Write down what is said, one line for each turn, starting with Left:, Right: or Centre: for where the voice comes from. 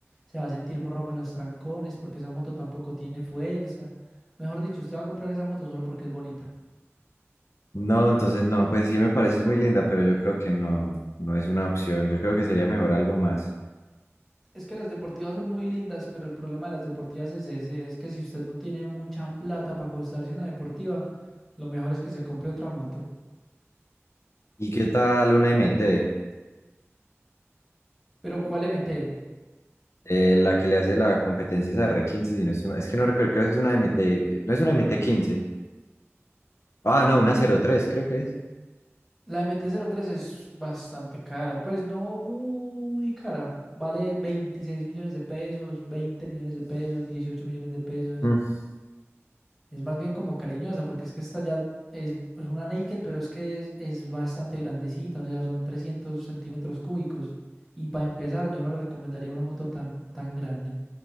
Centre: se va a sentir morrongo en los trancones, porque esa moto tampoco tiene fuerza. Mejor dicho, usted va a comprar esa moto solo porque es bonita.
Left: No, entonces no, pues sí me parece muy linda, pero yo creo que no, no es una opción. Yo creo que sería mejor algo más.
Centre: Es que las deportivas son muy lindas, pero el problema de las deportivas es ese, es que si usted no tiene mucha plata para costarse una deportiva, lo mejor es que se compre otra moto.
Left: ¿Y qué tal una MT?
Centre: Pero ¿cuál MT?
Left: Eh, la que le hace la competencia esa r quince? si no estoy mal. es que no recuerdo, creo que es una M T, no es una M T quince. Ah, no, una cero tres, creo que es.
Centre: La MT-03 es bastante cara, pues no muy cara. Vale 26 millones de pesos, 20 millones de pesos, 18 millones de pesos.
Left: Mm.
Centre: Es más bien como cariñosa, porque es que esta ya es, es una naked, pero es que es, es bastante grandecita, o sea, son 300 centímetros cúbicos. Y para empezar, yo no le recomendaría una moto tan, tan grande.